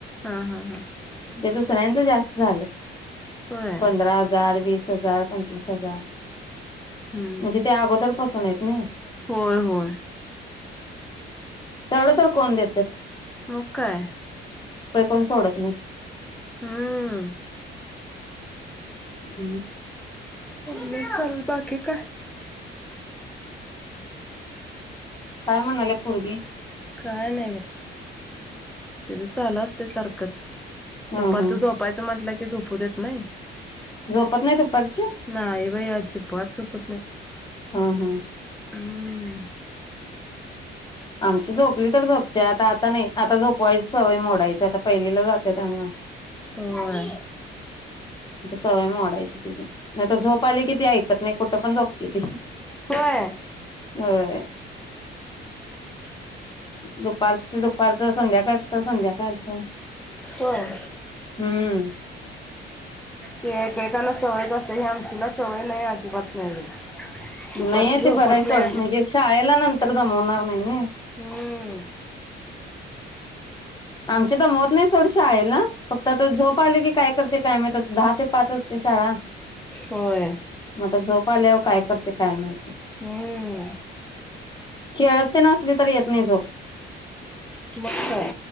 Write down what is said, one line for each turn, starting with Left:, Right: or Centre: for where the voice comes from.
Centre: हा हा हा
Left: ते दुसऱ्यांचं जास्त झालं.
Centre: होय.
Left: पधरा हजार वीस च् जार पंचवीस हजार
Centre: हम्म
Left: म्हणजे ते अगोदर पसु नाहीत नी
Centre: होय होय
Left: तेवढं तर कोण देत्यात
Centre: मग काय
Left: कोण सोडत
Centre: हम्म
Left: हम्म
Centre: चालय चाल बाकीे काय?
Left: काय म्हणाल्या पोरगी
Centre: काय नाही बघ त्यज चालू असते सारखंच
Left: हा
Centre: दुपारच
Left: हा
Centre: झोपायचं म्हटलं की झोप पु देत नाही
Left: झोपत नाही दुपारची?
Centre: नाही बाई अजिबात झोपत नाही.
Left: हा हम्म
Centre: हम्म
Left: आमची झोपली तर झोपत्या आता आता नाही आता झोपवायच सवय मोडायची आता पहिलीला जात्या त्यामुळ
Centre: होय
Left: सवय मोडायची तिची नाही तर झोप आली किती ऐकत नाही. कुठ पण झोपते ती....
Centre: होय.
Left: होय दुपारचं ते दुपारचं संध्या... <unintelligible> संध्याकाळच
Centre: होय <inaudible>
Left: हम्म
Centre: ती एकेकाना सवयच असते हे आमचीला सवय नाही अजिबात नाही. दुपारची
Left: नाहीय
Centre: झोपत
Left: ते बराय सोड
Centre: नाही
Left: म्हणजे शाळेला नं तेला आता मोडणार नाही नय
Centre: हूं
Left: आमची तर म्हत नाही सोड शाळेला फक्त आता झोप आले की काय करते काय माहित दहा ते पाच असते शाळा
Centre: होय.
Left: मग आता झोप आल्यावर काय करते काय माहिती?
Centre: हूं
Left: खेळत ते नसले तरी येत नाय झोप
Centre: मग काय